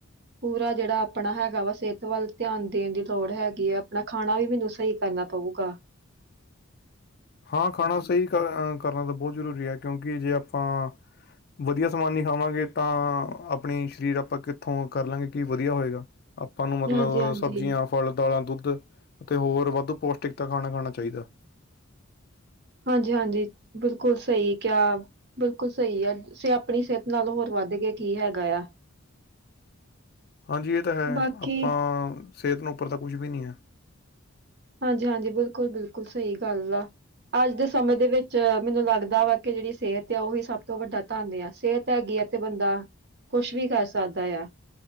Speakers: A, on the right; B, on the left.
A: ਪੂਰਾ ਜਿਹੜਾ ਆਪਣਾ ਹੈਗਾ ਸਿਹਤ ਵੱਲ ਧਿਆਨ ਦੇਣ ਦੀ ਲੋੜ ਹੈਗੀ ਹ ਆਪਣਾ ਖਾਣਾ ਵੀ ਮੈਨੂੰ ਸਹੀ ਕਰ ਕਰਨਾ ਪਊਗਾ।
B: ਹਾਂ ਖਾਣਾ ਸਹੀ ਕਰਨਾ ਤਾਂ ਬਹੁਤ ਜਰੂਰੀ ਹ ਕਿਉਂਕਿ ਜੇ ਆਪਾਂ ਵਧੀਆ ਸਮਾਨ ਨਹੀਂ ਖਾਵਾਂਗੇ ਤਾਂ ਆਪਣੀ ਸਰੀਰ ਆਪਾਂ ਕਿੱਥੋਂ ਕਰ ਲਾਂਗੇ ਕੀ ਵਧੀਆ ਹੋਏਗਾ। ਆਪਾਂ ਨੂੰ ਮਤਲਬ
A: ਹਾਂਜੀ ਹਾਂਜੀ
B: ਸਬਜ਼ੀਆਂ ਫਲ ਦਾਲਾਂ ਦੁੱਧ ਅਤੇ ਹੋਰ ਬੁੱਧ ਪੋਸਟਿਕ ਤਾਂ ਖਾਣਾ ਖਾਣਾ ਚਾਹੀਦਾ।
A: ਹਾਂਜੀ -ਹਾਂਜੀ ਬਿਲਕੁਲ ਸਹੀ ਕਿਹਾ ਬਿਲਕੁਲ ਸਹੀ ਆ ਸੇ ਆਪਣੀ ਸਿਹਤ ਨਾਲ ਹੋਰ ਵੱਧ ਗਏ ਕੀ ਹੈਗਾ ਆ।
B: ਹਾਂਜੀ ਇਹ ਤਾਂ ਹੈ
A: ਬਾਕੀ
B: ਆਪਾਂ ਸਿਹਤ ਨੂੰ ਉੱਪਰ ਤੱਕ ਕੁਝ ਵੀ ਨਹੀਂ ਆ
A: ਹਾਂਜੀ ਹਾਂਜੀ ਬਿਲਕੁਲ ਬਿਲਕੁਲ ਸਹੀ ਗੱਲ ਆ। ਅੱਜ ਦੇ ਸਮੇਂ ਦੇ ਵਿੱਚ ਮੈਨੂੰ ਲੱਗਦਾ ਵਾ ਕਿ ਜਿਹੜੀ ਸਿਹਤ ਆ ਉਹ ਵੀ ਸਭ ਤੋਂ ਵੱਡਾ ਧਨ ਆ ਸਿਹਤ ਹੈ। ਤੇ ਬੰਦਾ-ਕੁਛ ਵੀ ਕਰ ਸਕਦਾ ਆ।